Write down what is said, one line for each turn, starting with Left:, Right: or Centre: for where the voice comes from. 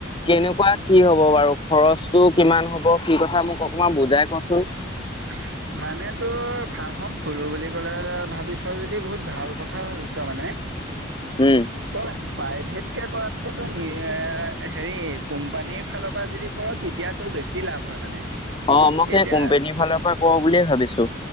Left: কেনেকুৱা কি হব বাৰু খৰচটো কিমান হব কি কথা মোক অকমান বুজা তাই কচোন
Right: <unintelligible> মানে তোৰ ফাৰ্মখন খলো বুলি ক'লে ভাবিছা যদি বহুত ভাল কথা ভাবিছো মানে।
Left: উম
Right: তই পাইভে ক, কৰাতকে তোয় এ হেৰি কোম্পানীৰ ফালৰ পৰা যদি কৰ তেতিয়াতটো বেছি লাভ হয় মানে।
Left: অ' মোক
Right: এতিয়া
Left: সেই কোম্পনীৰ ফালৰ পৰা ক'ব বুলিয়ে ভাবিছো